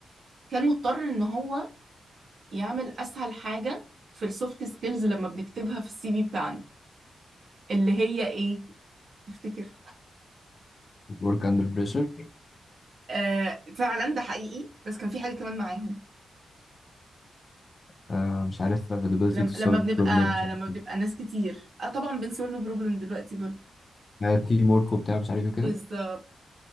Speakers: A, on the right; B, on the left.
A: كان مضطر ان هو يعمل اسهل حاجة في السوفت سكيلز لما بنكتبها في السي في بتاعنا اللي هي ايه تفتكر
B: work under pressure
A: آه فعلا ده حقيقي بس كان في حاجة كمان معاهم
B: آه مش عارف availability
A: لما
B: to solve
A: لما بنبقى
B: problem مش عارف
A: لما بنبقى ناس كتير آه طبعا بنسولف بروبلم دلوقتي برضه
B: ايه تيم ورك وبتاع مش عارف ايه وكده
A: بالظبط